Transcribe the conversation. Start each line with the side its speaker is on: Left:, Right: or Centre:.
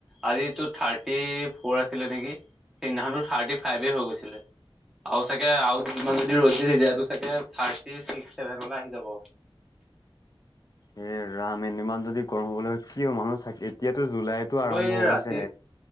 Centre: আজিতো থাৰ্টি ফ'ৰ আছিলে নেকি সেইদিনাখনো থাৰ্টি ফাইভে হৈ গৈছিলে আৰু চাগে আৰু যিমান যদি ৰ'দ দিয়ে চাগে থাৰ্টি ছিক্স ছেভেনলে আহি যাব।
Left: এ ৰাম এদমান যদি গৰম হ'বলৈ হয় কিয় মানুহ চাকে এতিয়া টো জুলাইতো
Centre: হ'লেও
Left: আৰম্ভ
Centre: এই
Left: হৈছে
Centre: ৰাতি